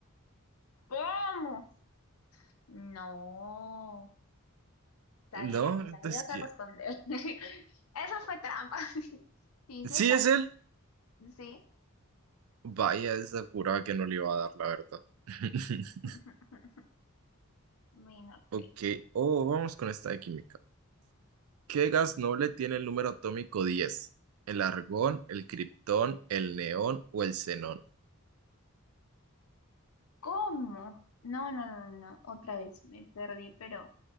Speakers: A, on the left; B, on the right.
A: ¿Cómo? No. Sabía
B: no,
A: que la ibas
B: es que...
A: a responder. <laughs> Esa fue trampa. <laughs> Sí,
B: Sí,
A: sí, está
B: es
A: bien.
B: él.
A: Sí.
B: Vaya, esa juraba que no le iba a dar, la verdad. <laughs>
A: <laughs> Bueno, ok.
B: Ok, oh, vamos con esta de química. ¿Qué gas noble tiene el número atómico 10? ¿El argón, el criptón, el neón o el xenón?
A: ¿cómo? No, no, no, no. Otra vez me perdí, pero